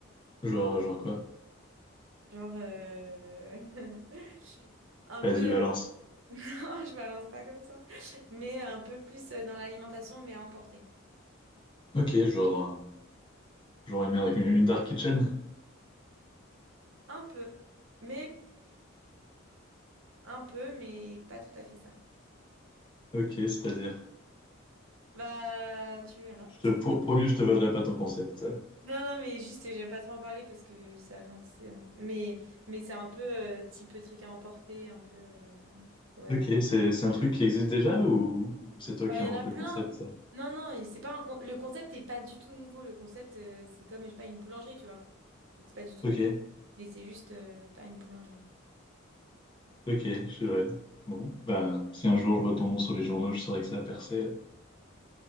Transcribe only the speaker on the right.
Genre, euh, <laughs> un
peu
<laughs> Non, je balance pas comme ça. Mais un peu plus euh, dans l'alimentation, mais à emporter.
Un peu. Mais un peu, mais pas tout à fait ça.
Bah, tu verras.
<laughs>
Non, non, mais juste, j'aime pas trop en parler parce que ça, enfin, tu sais, on- mais, mais c'est un peu euh, type truc à emporter, un peu, euh, ouais,
un peu.
Bah,
il
y en a
plein.
Non, non, et c'est pas un con- le concept est pas du tout nouveau. Le concept, euh, c'est comme, je sais pas, une boulangerie, tu vois. Donc c'est pas du tout
nouveau. Mais c'est juste euh, pas une boulangerie.